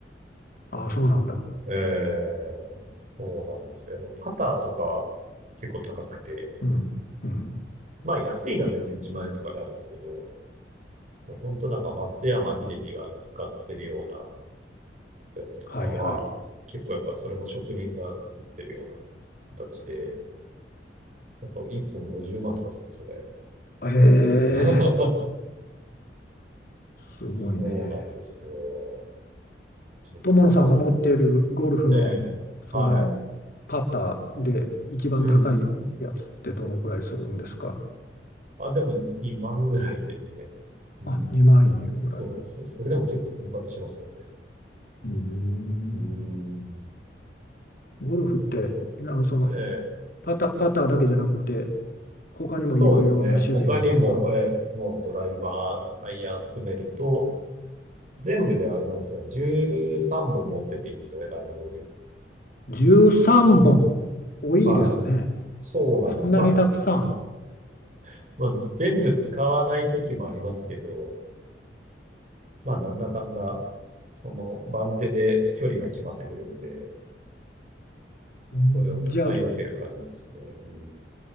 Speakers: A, on the left (about 50°); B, on the right (about 45°).
A: あ、そうなんだ。
B: ええそうなんですよ。やっぱパターとか結構高くて、
A: うん、うん。
B: まあ安いのは別に1万円とかであるんですけど、本当なんか松山英樹が使ってるようなやつとかは、
A: はい、はい。
B: 結構やっぱそれも職人が作ってるような形で、やっぱ1本50万とかするんれす
A: ええ
B: <laughs>
A: すごいね。
B: そうなんですよ。ちょっとまあ、
A: 友野さんが持っているゴルフのそのパターで一番高いやつってどのくらいするんですか
B: ええはい。うん。あ、でも2万ぐらいですね。うん。
A: あ、2万円ぐらい。
B: そう、そ、それでも結構奮発しますけどね。
A: うーん
B: うん。
A: ゴルフってなその
B: そう。ええ
A: パター、パターだけじゃなくて他にもいろいろな種類のものが
B: そうですね。他にも、ええ、もうドライバー、アイアン含めると、全部であれなんですよ。13本持ってっていいんですよね、ラウンドに。
A: 13本多いですね。
B: うん。はい。そうなんです。
A: そんなにたくさん。
B: まあ、<laughs> まあ、全部使わない時もありますけど、まあ、なんだかんだ、その番手で距離が決まってくるんで、
A: うーんじゃあ
B: それを使い分ける感じですね。うん。